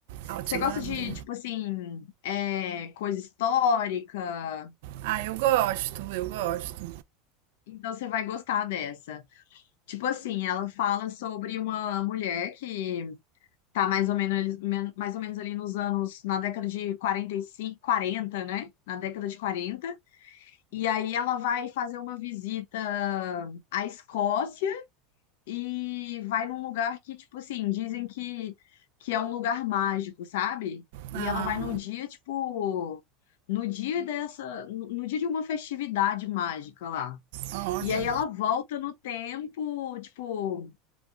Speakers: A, on the right; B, on the left.
A: Outlander.
B: Você gosta de, tipo assim, é, coisa histórica?
A: Ah, eu gosto, eu gosto.
B: Então você vai gostar dessa. Tipo assim, ela fala sobre uma mulher que tá mais ou menos, ali- men- mais ou menos ali nos anos, na década de 45, 40, né? Na década de quarenta E aí ela vai fazer uma visita à Escócia e vai num lugar que, tipo assim, dizem que, que é um lugar mágico, sabe? E
A: Ah,
B: ela vai no dia, tipo, no dia dessa, no no dia de uma festividade mágica lá.
A: olha,
B: E aí ela volta no tempo, tipo,